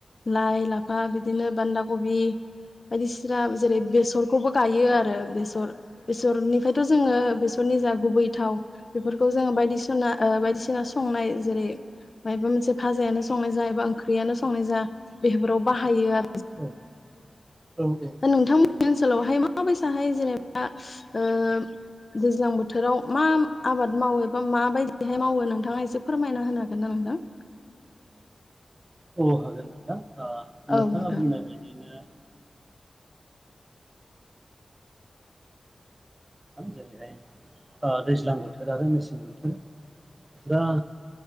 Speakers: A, on the left (about 40°); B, on the right (about 25°).
A: लाइ लाफा बिदिनो बान्दा कबि। बायदिसिना जेरै बेसरखौबो गायो आरो बेसर बेसरनिफ्रायथ' जोङो बेसरनि जा गुबै थाव बेफोर खौ जोङो बायदिसिना ओ बायदिसिना संनाय जेरै मायबा मोनसे फाजायानो संनाय जा एबा ओंख्रियानो संनाय जा बेफोराव बाहायो आर
B: औ औ औ।
A: दा नोंथांमोननि ओनसोलावहाय माबायसाहाय जेनेबा ओ दैज्लां बोथोराव मा आबाद मावो एबा माबायदिहाय मावो नोंथाङा एसे फोरमायना होनो हागोन ना नोंथां? <unintelligible>
B: अ हागोन नोंथां ओ
A: औ
B: नोंथाङा
A: नोंथां
B: बुंनाय बायदिनो जेरैहाय ओ दैज्लां बोथोर आरो मेसें बोथोर दा